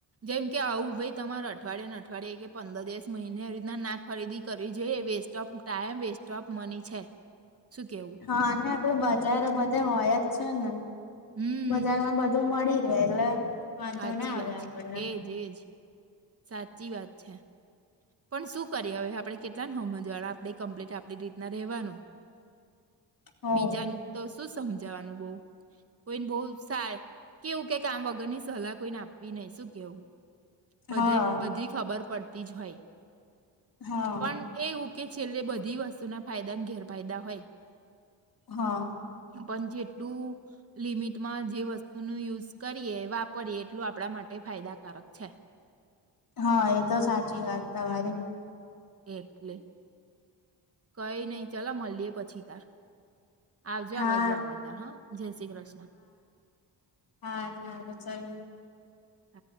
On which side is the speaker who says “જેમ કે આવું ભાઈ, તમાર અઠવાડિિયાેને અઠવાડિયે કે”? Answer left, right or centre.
Right